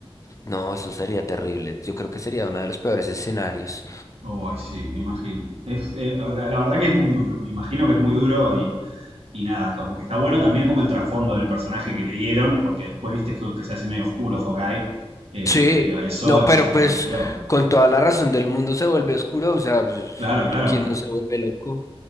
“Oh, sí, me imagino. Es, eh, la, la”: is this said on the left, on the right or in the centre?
Right